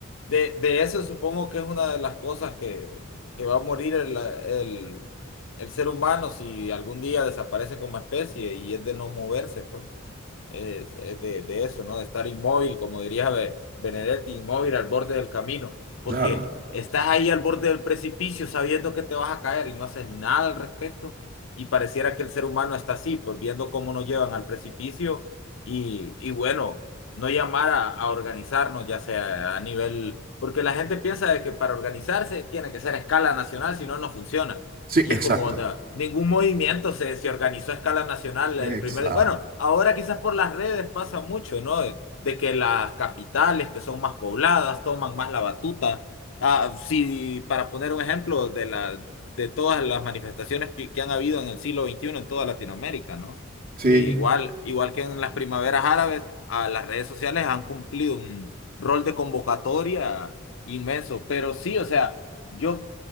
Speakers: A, on the left (about 70°); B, on the right (about 45°).
A: de, de eso supongo que es una de las cosas que, que va a morir el, el, el ser humano si algún día desaparece como especie y es de no moverse, pues. Es, es de, de eso, ¿no? De estar inmóvil, como diría Be- Benedetti, inmóvil al borde del camino, porque
B: Claro.
A: estás ahí al borde del precipicio sabiendo que te vas a caer y no haces nada al respecto. Y pareciera que el ser humano está así, pues viendo cómo nos llevan al precipicio y, y bueno, no llamar a, a organizarnos, ya sea a nivel, porque la gente piensa de que para organizarse tiene que ser a escala nacional, si no, no funciona.
B: Sí,
A: Y
B: exacto.
A: es como, no, ningún movimiento se, se organizó a escala nacional.
B: Exacto.
A: El primer, bueno, ahora quizás por las redes pasa mucho, ¿no? De, de que las capitales que son más pobladas toman más la batuta. Ah, sí, para poner un ejemplo de la, de todas las manifestaciones que, que han habido en el siglo veintiuno en toda Latinoamérica, ¿no?
B: Sí.
A: Que igual, igual que en las primaveras árabes, a las redes sociales han cumplido un rol de convocatoria inmenso. Pero sí, o sea, yo